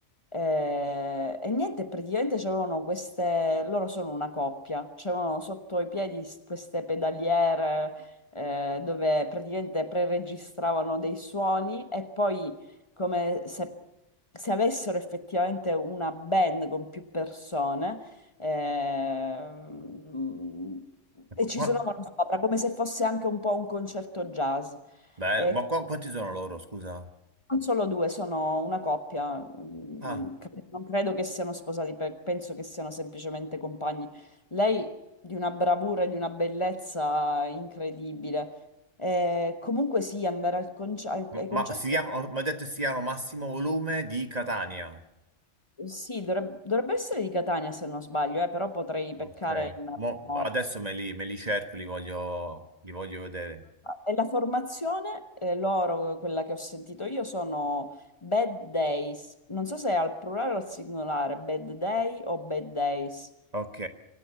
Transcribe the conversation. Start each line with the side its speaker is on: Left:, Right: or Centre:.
Left: eh, e niente, praticamente c'erano queste, loro sono una coppia, c'erano sotto i piedi s- queste pedaliere eh, dove praticamente preregistravano dei suoni e poi come se, se avessero effettivamente una band con più persone Ehm,
Right: Ecco
Left: e ci
Right: qua.
Left: suonavano sopra come se fosse anche un po' un concerto jazz.
Right: Bello.
Left: E
Right: Ma qua, quanti sono loro, scusa?
Left: non solo due, sono una coppia, mm,
Right: Ah,
Left: non, cre- non credo che siano sposati, pe- penso che siano semplicemente compagni. Lei di una bravura e di una bellezza incredibile. Eh, comunque sì, andare al conce- ai
Right: m-
Left: ai concerti,
Right: ma si chiamano, mi ha detto si chiamano Massimo Volume di Catania.
Left: sì, dovreb- dovrebbe essere di Catania se non sbaglio, eh, però potrei
Right: Ok.
Left: peccare in memoria.
Right: Mo- adesso me li, me li cerco, li voglio, li voglio vedere.
Left: E la formazione, eh, loro, quella che ho sentito io, sono bad days. Non so se è al plurale o al singolare, bad day o bad days.
Right: Ok.